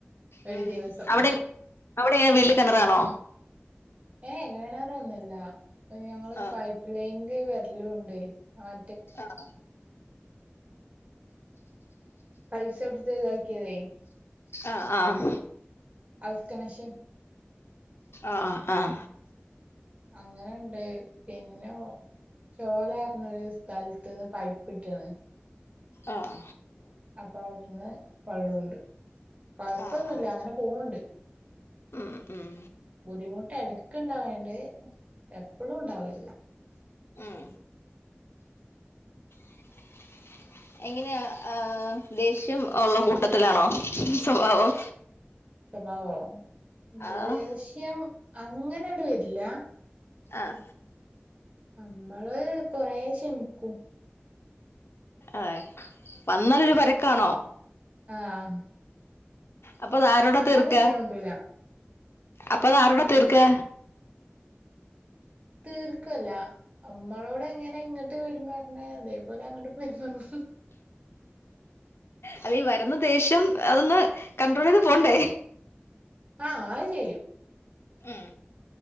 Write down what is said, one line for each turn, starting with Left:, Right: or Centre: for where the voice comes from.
Right: ഒരു
Left: ഉം
Right: ദിവസം
Left: അവിടെ അവിടെവീട്ടിൽ കിണറാണോ
Right: ഏ കിണർ ഒന്നുമല്ല ഞങ്ങള്
Left: ആഹ്
Right: പൈപ്പ് നിന്റെ വിരല് കൊണ്ട് ആ
Left: ആഹ
Right: പൈസ കൊടുത്ത് ഇതാക്കിയതേ
Left: ആഹ ആഹ
Right: ഹൗസ് കണഷൻ
Left: ആഹ ആഹ
Right: അങ്ങനുണ്ട് പിന്നെ ചോല ന് പറഞ്ഞ ഒരു സ്ഥലത്ത് നിന്ന് പൈപ്പ് ഇട്ടാണ്
Left: ആഹ
Right: അപ്പൊ അവിടുന്ന് വള്ളംണ്ട് കുഴപ്പൊന്നുമല്ല
Left: ആഹ് ആഹ്
Right: അങ്ങനെ പോവണ്ട്
Left: ഉം ഉം
Right: ബുദ്ധിമുട്ട് എടക്കുണ്ടാവണ്ട് എപ്പഴും ഉണ്ടാവല്ല
Left: ഉം <inaudible> എങ്ങനെയാ ആഹ ദേഷ്യം ഉള്ള കൂട്ടത്തിലാണോ സ്വഭാവം
Right: സ്വഭാവോ ദേഷ്യം
Left: ആഹ്
Right: അങ്ങനെയണ്ട് വരില്ല
Left: ആഹ
Right: നമ്മള് കൊറെ ക്ഷമിക്കും
Left: ആഹ വന്നാലൊരു പരക്കാണോ
Right: ആഹ
Left: അപ്പൊ അത് ആരോട തീർക്ക
Right: പുടിച്ചാൻ കിട്ടൂല
Left: അപ്പൊഅത് ആരോട തീർക്കാ
Right: തീർക്കുവല്ല അമ്മളോട് എങ്ങനെ ഇങ്ങോട്ട് പെരുമാറുന്നെ അതേപോലെ അങ്ങോട്ട് പെരുമാറും
Left: അത ഈ വരുന്ന ദേഷ്യം അതൊന്ന് കൺണ്ട്രോൾ ചെയ്ത് പോകണ്ടേ
Right: ആഹ അത് ചെയ്യും
Left: ഉം